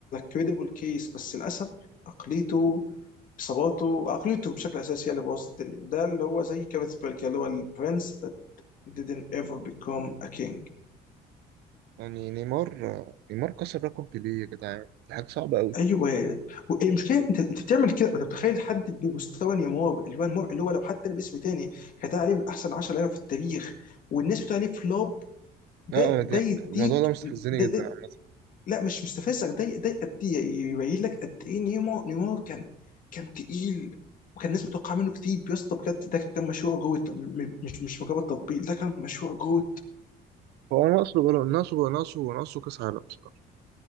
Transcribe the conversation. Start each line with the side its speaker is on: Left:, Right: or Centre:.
Left: كريديبل كيس بس للاسف عقليته اصاباته عقليته بشكل اساسي هي اللي بوظت الدنيا ده اللي هو زي كابت بيرك اللي هو البرنس that didn't ever become a king
Right: يعني نيمار آه، نيمار كسر رقم بيليه يا جدعان دي حاجه صعبه قوي
Left: ايوه والمشكله انت انت بتعمل كده انت بتخيل حد بمستوى نيمار اللي هو نيمار اللي هو لو حد تاني باسم تاني كان عليه من احسن 10 لعيبه في التاريخ والناس بتقول عليه فلوب ده
Right: لا أنا
Left: ده
Right: دي...
Left: يديك
Right: الموضوع ده مستفزني
Left: ده, ده
Right: جدا عامه
Left: لا مش مستفزك ده ده قد ايه يبين لك قد ايه نيمار نيمار كان كان تقيل وكان الناس متوقعه منه كتير يا اسطى بجد ده كان مشروع جوت م- مش مش مجرد تطبيق ده كان مشروع جوت
Right: هو ناقصه بلو... ناقصه ناقصه ناقصه كاس عالم بصراحه